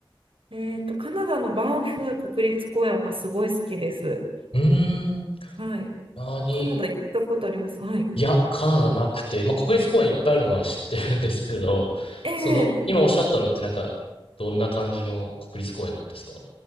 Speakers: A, on the right; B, on the left.
A: えっと、カナダのバンフ国立公園はすごい好きです。
B: うーん、
A: はい。
B: 何
A: カナダ行ったことあります。はい。
B: いや、カナダなくて、まあ国立公園いっぱいあるのは知ってるんですけど、<laughs>
A: ええ
B: その、今おっしゃったのってなんか、どんな感じの国立公園なんですか